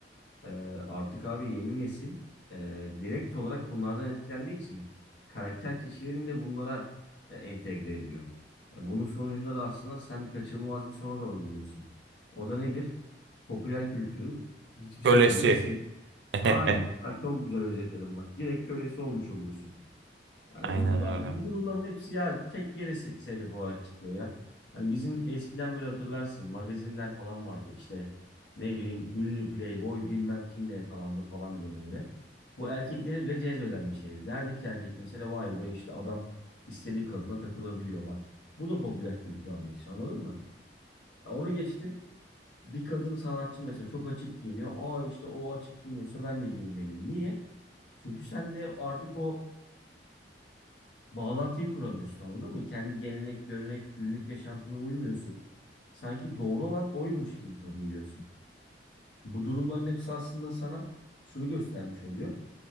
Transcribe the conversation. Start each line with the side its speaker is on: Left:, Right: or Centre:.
Left: Ee, artık abi yeni nesil e, direkt olarak bunlardan etkilendiği için karakter kişilerini de bunlara e, entegre ediyor. E, bunun sonucunda da aslında sen kaçınılmaz bir sona doğru gidiyorsun. O da nedir? Popüler kültürün hiçbir
Right: Kölesi.
Left: şekilde seni...
Right: <laughs>
Left: Aynen. Ha, çok güzel özetledim bak. Direkt kölesi olmuş oluyorsun. Yani
Right: Aynen
Left: ba-
Right: öyle.
Left: bu durumların hepsi ya tek yere se- sebep olarak çıkıyor ya. Hani bizim eskiden böyle hatırlarsın magazinler falan vardı işte ne bileyim ünlü playboy bilmem kimle yakalandı falan diye böyle. Bu erkekleri bile cezbeden bir şeydi. Derdi ki erkek mesela vay be işte adam istediği kadına takılabiliyor bak. Bu da popüler kültür anlayışı anladın mı? Ya onu geçtim. Bir kadın sanatçı mesela çok açık giyiniyor. Aa işte o açık giyiniyorsa ben de giyinmeliyim. Niye? Çünkü sen de artık o bağlantıyı kuramıyorsun anladın mı? Kendi gelenek, görenek, günlük yaşantına uymuyorsun. Sanki doğru olan oymuş gibi kabul ediyorsun. Bu durumların hepsi aslında sana şunu göstermiş oluyor.